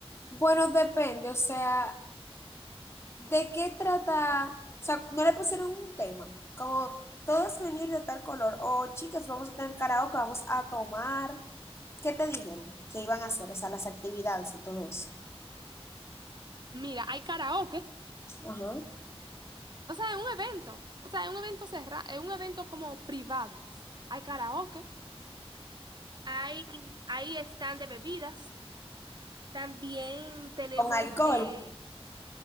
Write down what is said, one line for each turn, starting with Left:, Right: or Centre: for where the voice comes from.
Left: bueno, depende, o sea, de qué trata, o sea, no le pusieron un tema, como todos venir de tal color, o chicas, vamos a tener karaoke, vamos a tomar, ¿qué te dijeron que iban a hacer? O sea, las actividades y todo eso.
Right: Mira, hay karaoke.
Left: Ajá.
Right: O sea, es un evento. O sea, es un evento cerrado, es un evento como privado. Hay karaoke. Hay, hay stand de bebidas. También tenemos,
Left: Con alcohol.
Right: eh,